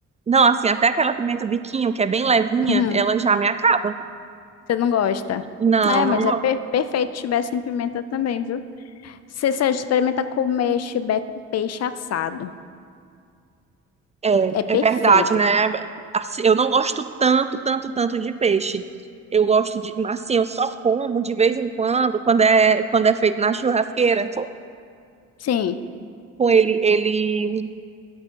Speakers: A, on the right; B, on the left.
A: Não, assim, até aquela pimenta biquinho, que é bem levinha,
B: Uhum.
A: ela já me acaba.
B: Você não gosta?
A: Não,
B: É,
A: não
B: mas
A: gosto.
B: é per- perfeito chibé sem pimenta também, viu? Se Você só experimenta comer chibé com peixe assado.
A: É,
B: É perfeito.
A: é verdade, né? Assim, eu não gosto tanto, tanto, tanto de peixe. Eu gosto de, assim, eu só como de vez em quando, quando é, quando é feito na churrasqueira,
B: Sim.
A: com ele, ele, o